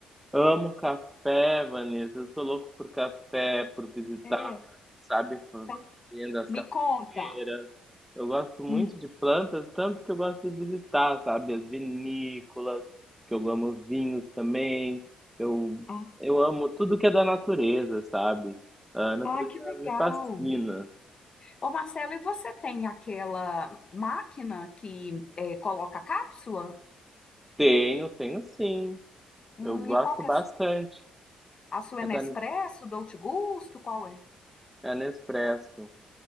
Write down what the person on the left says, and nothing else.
É,
então me
conta.
Hum.
Ah,
ah, que legal.
Ô Marcelo, e você tem aquela máquina que é, coloca cápsula?
Hum,
e qual que
é A sua
é Nespresso,
Dolce Gusto, qual é?